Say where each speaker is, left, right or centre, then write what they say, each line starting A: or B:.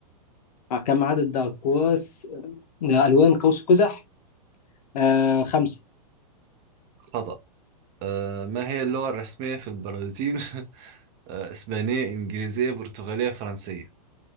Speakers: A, on the left (about 65°); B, on the right (about 30°).
A: آه، كم عدد أقواس آه، ألوان قوس قزح آه، خمسة
B: خطأ آه ما هي اللغة الرسمية في البرازيل <laughs> آه إسبانية إنجليزية برتغالية فرنسية